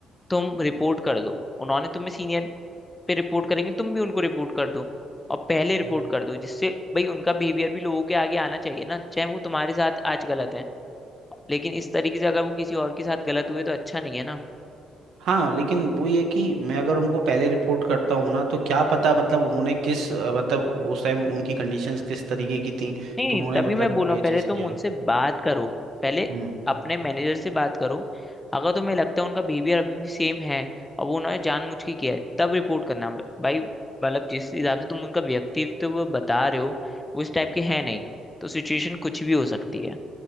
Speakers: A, on the left; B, on the right.
A: तुम रिपोर्ट कर दो उन्होंने तुम्हें सीनियर पे रिपोर्ट करेंगे तुम भी उनको रिपोर्ट कर दो और पहले रिपोर्ट
B: हाँ
A: कर दो जिससे भाई उनका बिहेवियर भी लोगों के आगे आना चाहिए ना चाहे वो तुम्हारे साथ आज गलत है लेकिन इस तरीके से अगर वो किसी और के साथ गलत हुए तो अच्छा नहीं है ना
B: हाँ, लेकिन वही है कि मैं अगर उनको पहले रिपोर्ट करता हूँ ना तो क्या पता मतलब उन्होंने किस अ, मतलब उस टाइम उनकी कंडीशंस किस तरीके की थी
A: नहीं
B: तो
A: नहीं
B: उन्होंने
A: तभी
B: मतलब
A: मैं बोल रहा
B: ये
A: हूँ पहले
B: चीज़
A: तुम
B: किया
A: उनसे बात करो पहले
B: हम्म
A: अपने मैनेजर से बात करो अगर तुम्हें लगता है उनका बिहेवियर अभी भी सेम है और वो उन्होंने जानबूझ के किया है तब रिपोर्ट करना भाई मतलब जिस हिसाब से तुम उनका व्यक्तित्व बता रहे हो वो इस टाइप के है नहीं तो सिचुएशन कुछ भी हो सकती है